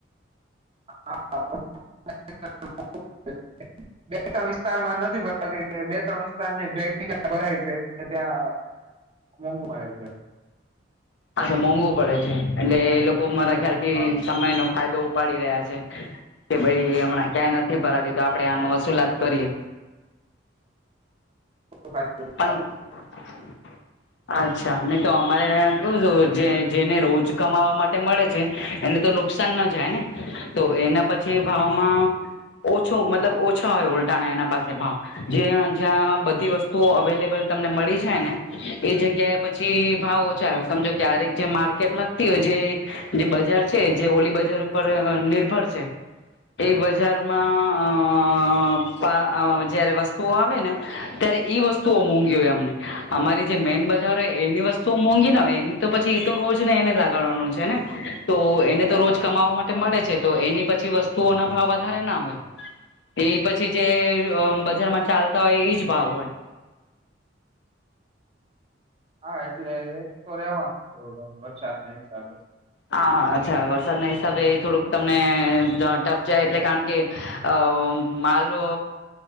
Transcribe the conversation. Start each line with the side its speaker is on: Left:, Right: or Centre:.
Right: <unintelligible> વિસ્તારમાં નથી બે ત્રણ વિસ્તારની <unintelligible> ભરાય છે ત્યાં મોંઘૂ મળે છે.
Left: અને મોંઘવું પડે છે એટલે એ લોકો મારા ખ્યાલથી
Right: હા,
Left: સમય નો ફાયદો ઊપાડી રહ્યા છે કે ભાઈ હમણાં ક્યાંય નથી ભરાતી તો આપડે આનું વસુલાત કરીએ
Right: ફાયદો ઉઠાવે
Left: પણ
Right: છે.
Left: <inaudible> અચ્છા ને તો અમારે કેવું છે જે જેને રોજ કમાવા માટે મળે છે. એને તો નુકસાન ન જાય ને તો એના પછી ભાવમાં ઓછો મતલબ ઓછા હોય ઉલટાના એના પાસે ભાવ જ્યાં જ્યાં બધી વસ્તુ અવેલેબલ તમને મળી જાય ને એ જગ્યાએ પછી ભાવ ઓછા આવે સમજો રિતે માર્કેટ લાગતી હોય છે જે બજાર છે જે ઓલી બજાર ઉપર નિર્ભર છે. એ બજારમાં
Right: હા,
Left: અ જયારે વસ્તુઓ આવે ને ત્યારે ઈ વસ્તુઓ મોંઘી હોય અમને અમારી જે મેઈન બજાર હોય એની વસ્તુઓ મોંઘી ના હોય એ તો પછી એ તો રોજને એને લગાડવાનું છે ને તો એને
Right: હા
Left: તો રોજ કમાવા માટે મળે છે તો એની પછી વસ્તુઓ ના ભાવ વધારે ના હોય. એ પછી જે બજારમાં ચાલતા હોય એજ ભાવ હોય.
Right: હા એટલે એ તો રેવાનું વરસાદના હિસાબે.
Left: હા અચ્છા વરસાદના હિસાબે થોડુંક તમને ટફ જાય એટલે કારણ કે અ માલો